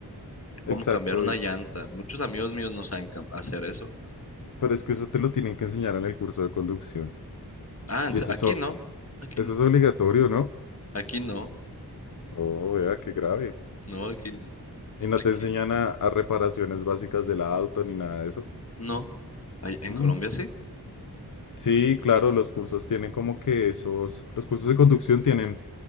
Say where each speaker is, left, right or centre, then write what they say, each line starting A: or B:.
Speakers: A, on the left; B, on the left.
A: Cómo
B: exacto.
A: cambiar una
B: y-
A: llanta, muchos amigos míos no saben cam- hacer eso.
B: pero es que eso te lo tienen que enseñar en el curso de conducción.
A: Ah, en
B: Y
A: se-
B: eso
A: aquí
B: es, o-
A: no,
B: eh,
A: aquí
B: eso
A: no,
B: es obligatorio, ¿no?
A: aquí no,
B: Oh, vea, qué grave.
A: no, aquí no, está
B: Y no te
A: aquí,
B: enseñan a, a reparaciones básicas del auto ni nada de eso.
A: no, Ahí- en
B: Mm,
A: Colombia sí.
B: Sí, claro, los cursos tienen como que esos, los cursos de conducción tienen